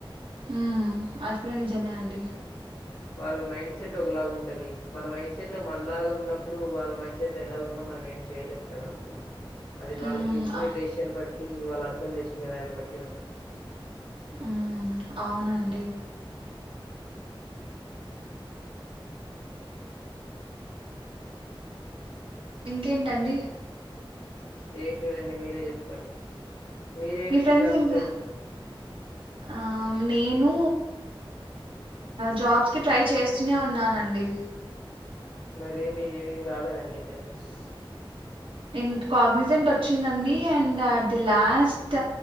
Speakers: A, on the right (about 75°); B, on the left (about 70°).
A: మ్మ్ అది కూడా నిజమే అండి
B: వాళ్ళ మైండ్ సెట్ ఒకలాగు ఉంటది మన మైండ్ సెట్ లో మనలాగా ఉన్నప్పుడు వాళ్ళ మైండ్ సెట్ లో ఎలా ఉన్నా మనం ఏం చేయలేము కదా అది
A: హ్మ్.
B: వాళ్ళు తీసుకునే
A: ఆహ్,
B: డెసిషన్ బట్టి ఇవాళ్ళ అర్థం చేస్తుకునే దాన్ని బట్టి ఉంటారు
A: మ్మ్ అవునండి ఇంకేంటండి
B: ఏం లేదండి మీరే చెప్పాలి మీరేమి
A: మీ ఫ్రెండ్స్
B: జాబ్
A: ఇంకా
B: స్ట్రెస్
A: ఆహ్, నేను జాబ్స్ కి ట్రై చేస్తూనే ఉన్నానండి
B: మరి ఏమి ఏవి రాలేదండి ఇంటర్న్షిప్స్
A: ఎ కాగ్నిజెంట్ వచ్చిందండి and at the last